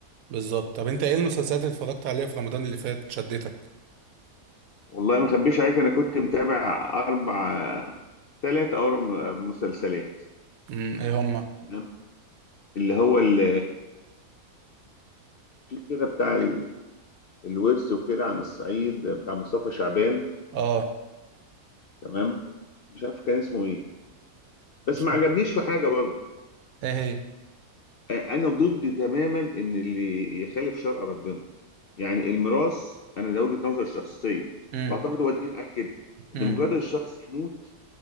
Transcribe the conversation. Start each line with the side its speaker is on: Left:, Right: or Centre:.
Right: بالظبط طب انت ايه المسلسلات اللي اتفرجت عليها في رمضان اللي فات شدتك
Left: والله ما أخبيش عليك أنا كنت متابع أربع ثلاث أو أربع مسلسلات
Right: امم ايه هما
Left: تمام اللي هو ال- في كده بتاع الورث وكده عن الصعيد بتاع مصطفى شعبان
Right: اه
Left: تمام مش عارف كان اسمه ايه بس
Right: مش
Left: ما
Right: فاهم
Left: عجبنيش في حاجه برضه
Right: ايه هي
Left: آه، انا ضد تماما ان اللي يخالف شرع ربنا يعني الميراث انا ده وجهه نظري الشخصيه
Right: امم
Left: واعتقد هو الدين قال كده ان
Right: امم
Left: مجرد الشخص يموت